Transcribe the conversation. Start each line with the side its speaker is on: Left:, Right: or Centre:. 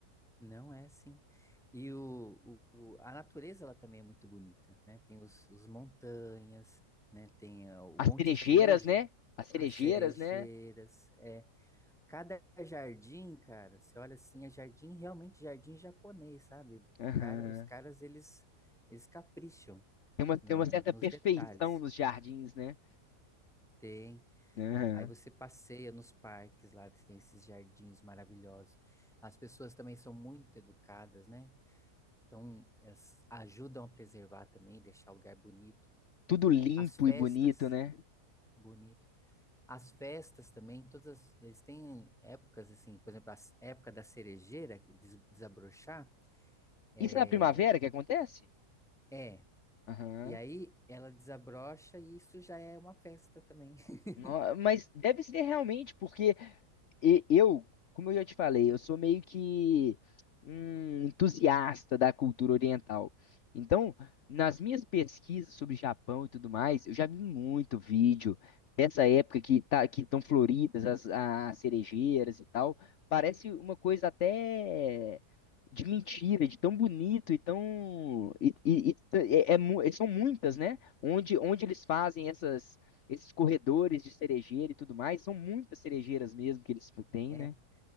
Centre: Não é assim. E o, o- o- a natureza ela também é muito bonita, né? Tem os, os montanhas, né? Tem ah, o
Left: As
Centre: Monte
Left: cerejeiras,
Centre: Fuji,
Left: né? As cerejeiras,
Centre: as cerejeiras.
Left: né?
Centre: É. Cada jardim, cara, você olha assim, é jardim, realmente jardim japonês, sabe? O
Left: Aham.
Centre: cara, os caras, eles, eles capricham
Left: Tem uma tem
Centre: na-
Left: uma certa
Centre: nos
Left: perfeição
Centre: detalhes.
Left: nos jardins, né?
Centre: Tem.
Left: Aham.
Centre: Aí você passeia nos parques lá, tem esses jardins maravilhosos. As pessoas também são muito educadas, né? Então, elas ajudam a preservar também, deixar o lugar bonito.
Left: Tudo limpo
Centre: As festas,
Left: e bonito, né?
Centre: bonito. As festas também, todas as- eles têm épocas assim, por exemplo, a s- época da cerejeira que des- desabrochar é,
Left: Isso é na primavera que acontece?
Centre: é.
Left: Aham.
Centre: E aí ela desabrocha e isso já é uma festa também. <laughs>
Left: No- Mas deve ser realmente, porque e- eu, como eu já te falei, eu sou meio que um entusiasta da cultura oriental. Então, nas minhas pesquisas sobre Japão e tudo mais, eu já vi muito vídeo dessa época que tá, que estão floridas as, as cerejeiras e tal. Parece uma coisa até de mentira, de tão bonito e tão e, e- e é- é mu- são muitas, né? Onde onde eles fazem essas esses corredores de cerejeira e tudo mais, são muitas cerejeiras mesmo que eles têm,
Centre: É.
Left: né?